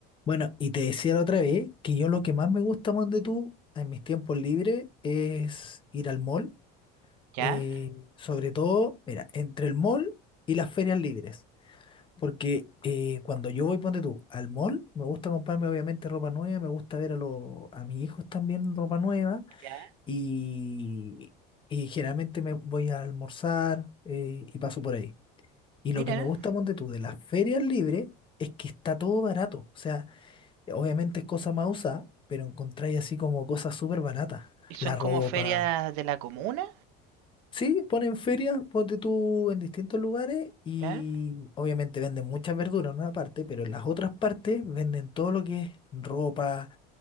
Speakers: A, on the left; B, on the right.
A: Bueno, y te decía la otra vez que yo lo que más me gusta, de tú, en mis tiempos libres es ir al mall.
B: ¿Ya?
A: eh, sobre todo, mira, entre el mall y las ferias libres. Porque eh, cuando yo voy, ponte tú, al mall, me gusta comprarme obviamente ropa nueva, me gusta ver a, los a mis hijos también ropa nueva.
B: ya.
A: Y, y generalmente me voy a almorzar eh, y paso por ahí. Y lo
B: Mira.
A: que me gusta, ponte tú, de las ferias libres es que está todo barato. O sea, Obviamente es cosa más usada, pero encontráis así como cosas súper baratas.
B: ¿Y son
A: La
B: como
A: ropa.
B: ferias de la comuna?
A: Sí, ponen ferias, ponte tú en distintos lugares y
B: ¿Ya?
A: obviamente venden muchas verduras en una parte, pero en las otras partes venden todo lo que es ropa.